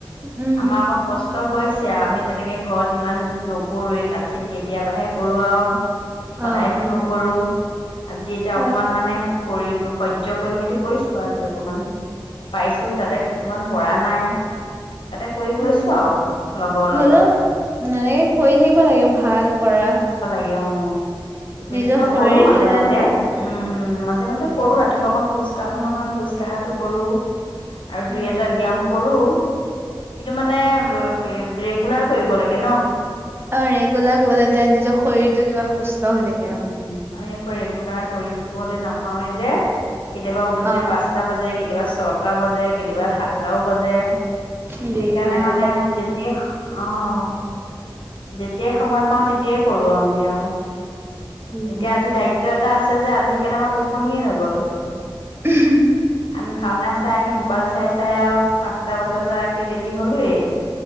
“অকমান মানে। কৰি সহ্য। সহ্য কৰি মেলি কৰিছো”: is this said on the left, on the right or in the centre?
Left